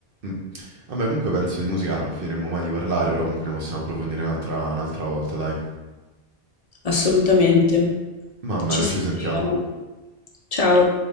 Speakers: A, on the right; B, on the left.
A: Mm. Vabbè, comunque penso di musica non finiremmo mai di parlare, però comunque ne possiamo approfondire un'altra, un'altra volta, dai.
B: Assolutamente.
A: Va bene,
B: Ci sentiamo.
A: ci sentiamo.
B: Ciao.